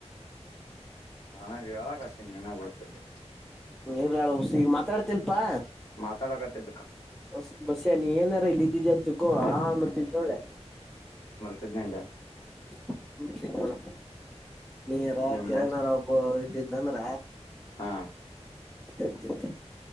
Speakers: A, on the left; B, in the centre.
A: ನಾನಾಗ ಯಾವಾಗ ಆತೀನಿ ನನಾಗ ಗೊತದು
B: ನೀರ್ಳ ಉುಸಿ ಮಾತಾಡ್ತಿಲ್ಪಾ
A: ಮಾತಾಡಕತು
B: ಬಸ್ ಬಸ್ಸ್ ನೀ ಏನಾರ ಇಲ್ಲಿ ಇದ್ದಿದ್ದಿ ಅಂತಕೋ ಹ ಬರ್ತಿದ್ ನೋಳೆ
A: ದನಂದ
B: ಹಾಂದತಿ ನೋಡ ನೀಾರ
A: ಹ್ಮ
B: ಕಿರಣರ ಒಬ್ಬ ಇದ್ದಿದ್ದಂದ್ರ
A: ಹಾ
B: ಎರ್ತಿತ